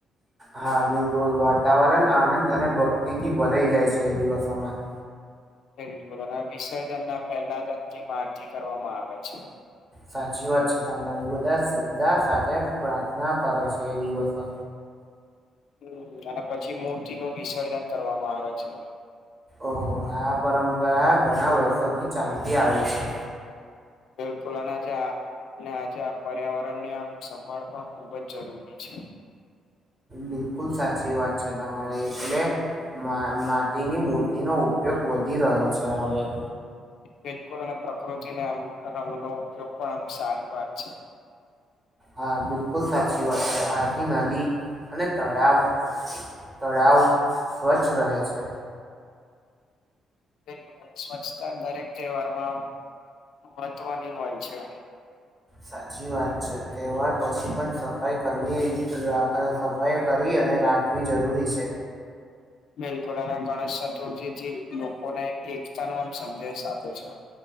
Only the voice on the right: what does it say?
હા બિલકુલ વાતાવરણ આનંદ અને ભક્તિથી ભ રાઈ જાય છે એ દિવસોમાં
સાચી વાત છે તમારી બધા શ્રદ્ધા સાથે પ્રાર્થના કરે છે એ દિવસો
ઓહો આ પરંપરા ઘણા વર્ષોથી ચાલતી આવી છે.
બિલકુલ સાચી વાત છે તમારી એટલે મા માટીની મૂર્તિનો ઉપયોગ વધી રહ્યો છે હવે.
હા બિલકુલ સાચી વાત છે આથી નદી અને તળાવ તળાવ સ્વચ્છ રહે છે.
સાચી વાત છે તહેવાર પછી પણ સફાઈ કરવી સફાઈ કરી અને રાખ વી જરૂરી છે.